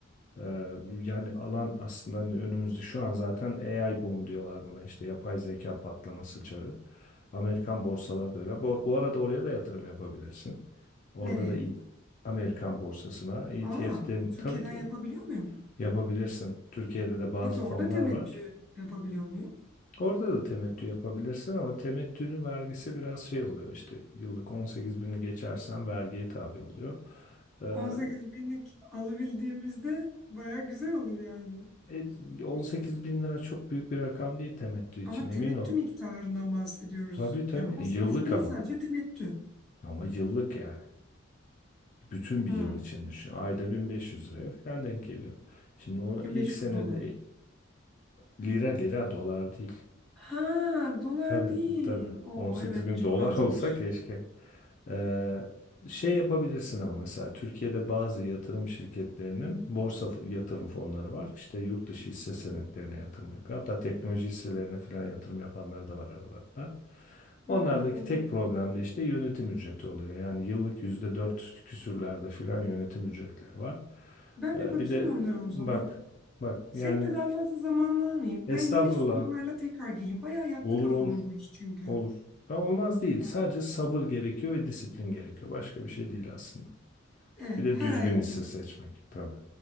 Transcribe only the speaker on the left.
Ee, yani alan aslında hani önümüzde şu an zaten AI boom diyorlar buna işte yapay zeka patlaması çağı. Amerikan borsaları da öyle. Bu, bu arada oraya da yatırım yapabilirsin. Orada
da i- Amerikan borsasına ETF'den
tabii tabii
yapabilirsin. Türkiye'de de bazı
fonlar
var.
Orada da temettü yapabilirsin ama temettünün vergisi biraz şey oluyor işte yıllık 18 bini geçersen vergiye tabi oluyor. Ee,
e, 18 bin lira çok büyük bir rakam değil temettü için
emin
ol.
Tabii tabii
yıllık
ama
ama yıllık yani. Bütün bir
yıl için düşün. Ayda 1500 liraya falan denk geliyor. Şimdi onu
ilk senede
e, lira lira dolar değil.
Tabii
tabii
18
bin
dolar
<laughs> olsa keşke. Ee, şey yapabilirsin ama mesela Türkiye'de bazı yatırım şirketlerinin borsa f- yatırım fonları var. İşte yurt dışı hisse senetlerine yatırım yapıyor. Hatta teknoloji hisselerine falan yatırım yapanlar da var aralarında.
Onlardaki tek problem de işte yönetim ücreti oluyor. Yani yıllık yüzde dört küsürlerde falan yönetim ücretleri var.
Ee,
bir de
bak bak
yani
estağfurullah
olur
olur
olur. Ha, olmaz değil.
Sadece sabır gerekiyor ve disiplin gerekiyor. Başka bir şey değil aslında.
Bir de
düzgün
hisse seçmek tabii.